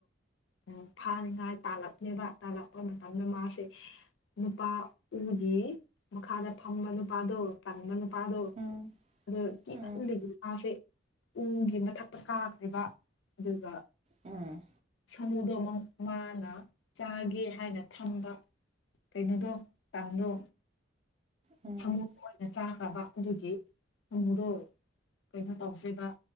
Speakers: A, on the left (about 75°); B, on the right (about 35°).
A: ꯎ ꯐꯥꯅꯤꯡꯉꯥꯏ ꯇꯥꯜꯂꯛꯅꯦꯕ ꯇꯥꯜꯂꯛꯄ ꯃꯇꯝꯗ ꯃꯥꯁꯦ ꯅꯨꯄꯥ ꯎꯒꯤ ꯃꯈꯥꯗ ꯐꯝꯕ ꯅꯨꯄꯥꯗꯨꯣ ꯇꯪꯕ ꯅꯨꯄꯥ ꯑꯥꯗꯣ
B: ꯎꯝ
A: ꯑꯗꯨꯗꯣ ꯀꯤ
B: ꯎꯝ
A: ꯂꯩ ꯐꯁꯦ ꯎꯒꯤ ꯃꯊꯛꯇ ꯀꯥꯈ꯭ꯔꯤꯕ ꯑꯗꯨꯒ
B: ꯎꯝ
A: ꯁꯥꯃꯨꯗꯣ ꯑꯃꯨ ꯃꯥꯅ ꯆꯥꯒꯦ ꯍꯥꯏꯅ ꯊꯝꯕ ꯀꯩꯅꯣꯗꯣ ꯇꯥꯡꯗꯣ
B: ꯎꯝ
A: ꯁꯥꯃꯨꯣ ꯑꯣꯏꯅ ꯆꯥꯈ꯭ꯔꯕ ꯑꯗꯨꯗꯤ ꯁꯥꯃꯨꯗꯣ ꯀꯩꯅꯣ ꯇꯧꯗ꯭ꯔꯤꯕ